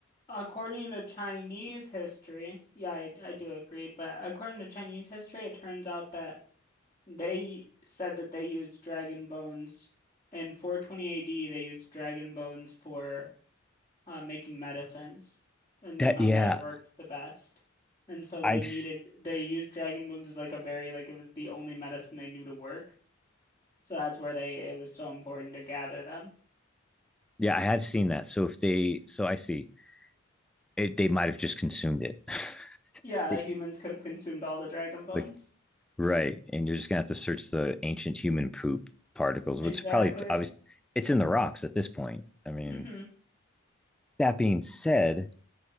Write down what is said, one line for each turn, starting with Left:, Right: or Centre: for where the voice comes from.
Left: according to Chinese history, yeah, I, I do agree, but according to Chinese history, it turns out that they said that they used dragon bones. In 420 AD, they used dragon bones for uh, making medicines, and
Centre: That
Left: they found
Centre: yeah,
Left: that it worked the best. And so they
Centre: I've
Left: needed, they used dragon bones as like a very, like it was the only medicine they knew to work. So that's where they, it was so important to gather them.
Centre: Yeah, I have seen that. So if they, so I see it, they might have just consumed it. <laughs>
Left: Yeah,
Centre: They-
Left: humans could have consumed all the dragon bones.
Centre: like, right. And you're just gonna have to search the ancient human poop particles,
Left: Exactly.
Centre: which probably obvious. It's in the rocks at this point. I mean,
Left: hmm
Centre: that being said,